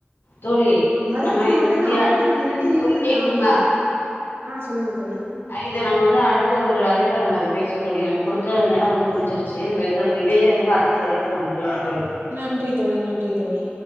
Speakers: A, on the left; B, on the right.
A: தோழி
B: மறுந்து
A: நம்ம
B: நாத்தன்னா
A: இத பத்தியா
B: அப்டி ஒரு நெடி
A: தோழி
B: ஏறுது அந்த
A: கேக்குதுங்களா
B: நாத்தோ அ சொல்லுங்க தோழி
A: இது நம்ம வந்து அடுத்த ஒரு அழைப்புல நம்ம அத பேசுவோ தோழி நமக் கொடுத்த நேரோ வந்து முடிஞ்சிருச்சு நம்ம இது இதயே அடுத் அடுத்த அழைப்புக்கு நம்ம பேசுவோ தோழி
B: நன்றி தோழி நன்றி தோழி